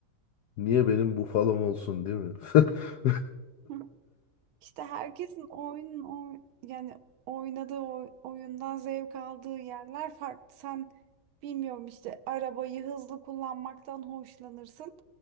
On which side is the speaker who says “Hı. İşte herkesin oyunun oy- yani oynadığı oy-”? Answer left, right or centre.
Right